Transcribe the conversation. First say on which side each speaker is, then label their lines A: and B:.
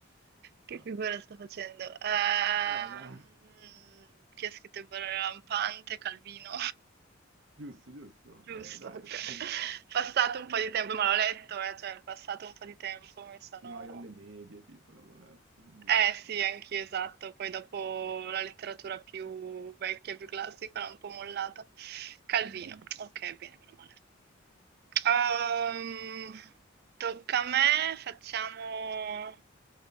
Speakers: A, on the right (about 55°); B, on the right (about 70°).
A: che
B: Ah.
A: figura sto facendo? Ehm,
B: Oh, beh.
A: chi ha scritto il Borrello
B: <laughs>
A: Lampante? Calvino.
B: Giusto, giusto.
A: <laughs> Giusto,
B: Eh, dai.
A: ok.
B: <laughs>
A: Passato un
B: Sì,
A: po' di tempo, ma l'ho letto, eh, cioè, passato un po' di tempo mi sono...
B: sì, no, io alle medie, tipo, l'avevo letto, quindi...
A: Eh sì, anch'io, esatto. Poi dopo la letteratura più vecchia, più classica, l'ho un po' mollata. Calvino,
B: Mhm.
A: ok, bene, meno male. Ehm, tocca a me, facciamo